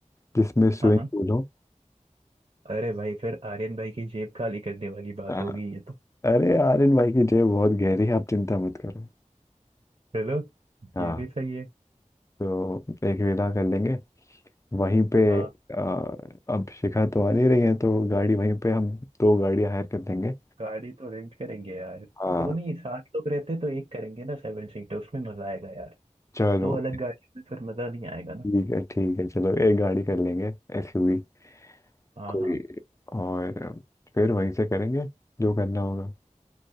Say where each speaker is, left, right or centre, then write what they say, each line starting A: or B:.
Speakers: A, on the left (about 25°); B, on the right (about 55°).
A: जिसमें स्विमिंग
B: हाँ हाँ
A: पूल हो
B: अरे भाई फिर आर्यन भाई की जेब खाली करने वाली बात
A: हाँ।
B: होगी ये तो
A: अरे आर्यन भाई की जेब बहुत गहरी है आप चिंता मत करो
B: चलो
A: हाँ
B: ये भी सही है
A: तो एक विला कर लेंगे वहीं पे
B: हाँ
A: आ, अब शिखा तो आ नहीं रही है तो गाड़ी वहीं पे हम दो गाड़ियाँ हायर कर देंगे
B: गाड़ी तो रेंट करेंगे यार
A: हाँ
B: दोनों ही सात लोग रहते तो एक करेंगे ना सेवन सीटर उसमें मजा आएगा यार
A: चलो
B: दो अलग गाड़ियों में फिर मजा नहीं आएगा ना
A: ठीक है ठीक है चलो एक गाड़ी कर लेंगे एसयूवी
B: हाँ
A: कोई
B: हाँ
A: और फिर वहीं से करेंगे जो करना होगा